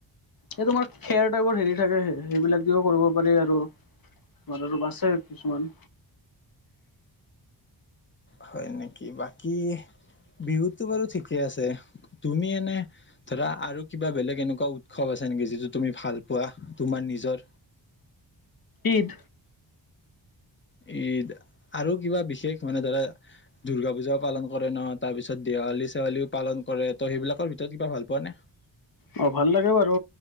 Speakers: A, on the left; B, on the left.
A: এই তোমাৰ খেৰ টাইপৰ হেৰি থাকে সেইবিলাক দিও কৰব পাৰি আৰু তোমাৰ আৰু বাছে কিছুমান।
B: হয় নেকি বাকী বিহুতটো বাৰু ঠিকে আছে তুমি এনে ধৰা আৰু কিবা বেলেগ এনেকুৱা উৎসৱ আছে নেকি যিটো তুমি ভাল পোৱা তোমাৰ নিজৰ?
A: ঈদ।
B: ইদ আৰু কিবা বিশেষ মানে ধৰা দুৰ্গা পূজাও পালন কৰে ন' তাৰ পিছত দেৱালী চেৱালীও পালন কৰে ত' সেইবিলাকৰ ভিতৰত কিবা ভাল পোৱা নে?
A: অহ, ভাল লাগে বাৰু